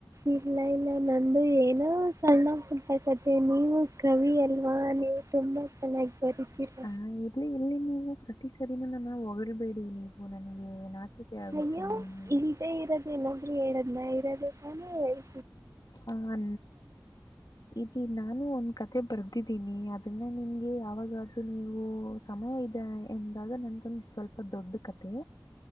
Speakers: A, on the right (about 45°); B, on the left (about 60°).
A: ಇಲ್ಲ, ಇಲ್ಲ ನಂದು ಏನೋ ಸಣ್ಣ, ಪುಟ್ಟ ಕಥೆ, ನೀವು ಕವಿ ಅಲ್ವಾ ನೀವು ತುಂಬಾ ಚೆನ್ನಾಗಿ, ಬರಿತೀರಾ
B: ಹಾ, ಇಲ್ಲಿ, ಇಲ್ಲಿ, ನೀವು? ಈ, ಸರಿ, ನನ್ನ ಹೊಳ್ಬೇಡಿ, ನೀವು ನನಗೆ ನಾಚಿಕೆ ಆಗುತ್ತೆ
A: ಅಯ್ಯೋ
B: ನನಗೆ.
A: ಇಲ್ದೆ ಇರೋದು, ಏನು? ಹೇಳದನಾ ಇರೋದುತಾನೆ, ಹೇಳು
B: ಹ, ಇದಿ ನಾನು ಒಂದ್ ಕಥೆ ಬರ್ದಿದ್ದೀನಿ ಅ ಅನ್ನ ನಿಮ್ಗೆ ಯಾವಾಗಾದ್ರೂ ನೀವು ಸಮಯ ಇದೆ ಎಂದಾಗ, ನನ್ಗೊಂದು ಸ್ವಲ್ಪ ದೊಡ್ಡ ಕಥೆ.